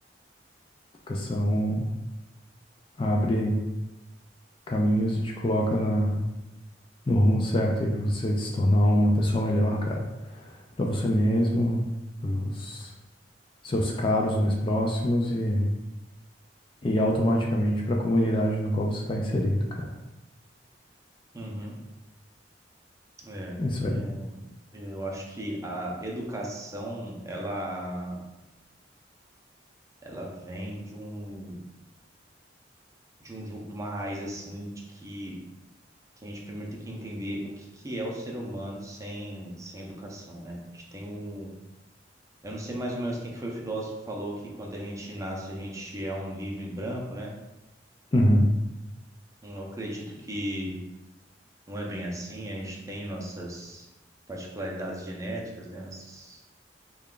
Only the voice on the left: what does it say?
Educação abre caminhos e te coloca na, no rumo certo aí para você se tornar uma pessoa melhor, cara. Para você mesmo, para os seus caros mais próximos e, e automaticamente para a comunidade na qual você está inserido, cara.
Isso
aí.
Uhum.